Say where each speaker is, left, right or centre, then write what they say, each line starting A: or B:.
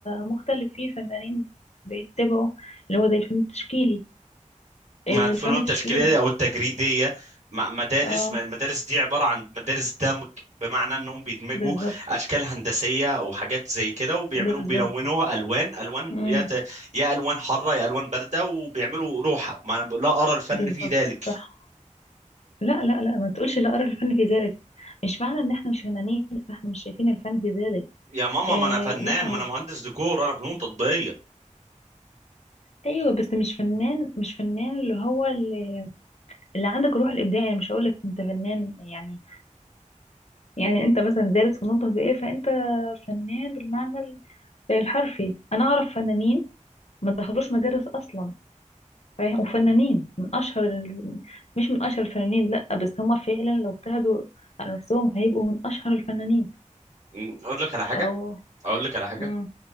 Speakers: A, on the left; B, on the right.
A: مختلف في فنانين بيتبعوا اللي هو زي الفن التشكيلي
B: مع
A: آه،
B: الفنون
A: الفن
B: التشكيليه
A: التشكيلي
B: دي او التجريديه مع مدارس
A: اه
B: ما المدارس دي عباره عن مدارس دمج بمعنى انهم بيدمجوا
A: بالظبط
B: اشكال هندسيه او حاجات زي كده وبيعملوا
A: بالظبط
B: بيلونوها الوان الوان
A: امم
B: يا ت- يا الوان حاره يا الوان بارده وبيعملوا روحه ما انا بقول لها ارى الفن
A: بالظبط
B: في ذلك
A: صح لا لا لا ما تقولش لا ارى الفن في ذلك مش معنى ان احنا مش فنانين فاحنا مش شايفين الفن في ذلك
B: يا ماما
A: آه
B: ما انا فنان
A: لا هو
B: ما انا مهندس ديكور انا فنون تطبيقيه
A: ايوه بس مش فنان مش فنان اللي هو اللي, اللي عندك الروح الابداعيه يعني مش هقول لك انت فنان يعني يعني انت مثلا دارس فنون تطبيقيه فانت فنان بالمعنى ال- الحرفي انا اعرف فنانين ما دخلوش مدارس اصلا فاهم وفنانين من اشهر ال- مش من اشهر الفنانين لا بس هما فعلا لو ابتعدوا على نفسهم هيبقوا من اشهر الفنانين
B: م، اقول لك على حاجه
A: او
B: اقول لك على حاجه
A: امم